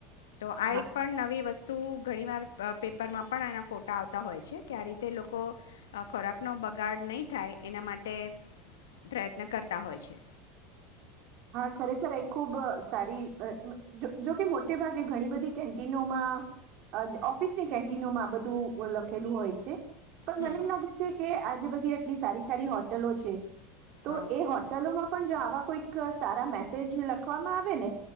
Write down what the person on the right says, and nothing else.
હા
હા ખરેખર ખૂબ સારી જોકે મોટે ભાગે ઘણી બધી કેન્ટિનોમાં ઓફિસની કેન્ટિનોમાં આ બધું લખેલું હોય છે. પણ
મને એમ લાગે છે કે આ જે બધી એટલી સારી સારી હોટલો છે. તો
એ હોટેલોમાં પણ જો આવા તો સારા મેસેજ લખવામાં આવે ને